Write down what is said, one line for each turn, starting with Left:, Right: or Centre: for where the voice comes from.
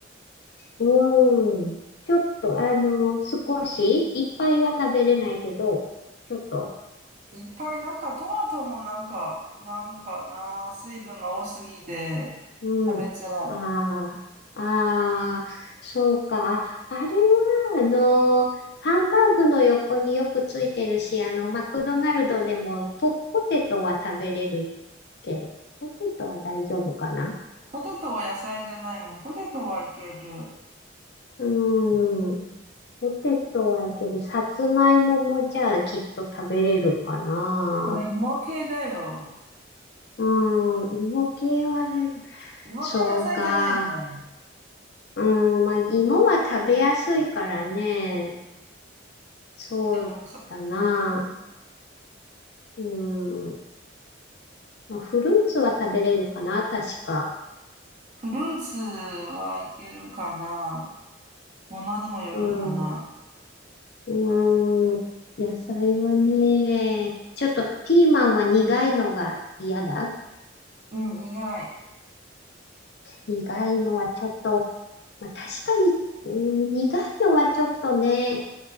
Left: うーん。ちょっと、あの、少し、いっぱいは食べれないけど、ちょっと、
Right: いっぱいなんかトマトもなんか、なんかな、水分が多すぎて
Left: うん。
Right: 食べづらい。
Left: ああああそうか。ああれは、あの、ハンバーグの横によくついてるし、あの、マクドナルドでもポ、ポテトは食べれるケー。ポテトは大丈夫かな
Right: ポテトは野菜じゃないもん。ポテトはいける。
Left: うーん。ポテトはいける。さつまいももじゃあきっと食べれるかな。
Right: それ芋系だよ。
Left: うーん。芋系は大丈夫。
Right: 芋系は野菜じゃないもん。
Left: そうか。うーん。まあ、芋は食べやすいからね。そうだな。
Right: でも、そ
Left: うーん。まあ、フルーツは食べれるかな、確か。
Right: フルーツはいけるかな。ものにもよるかな。
Left: うん。うーん。野菜はね、ちょっとピーマンは苦いのが嫌だ。
Right: うん、苦い。
Left: 苦いのはちょっと、まあ、確かに、うん、苦いのはちょっとね、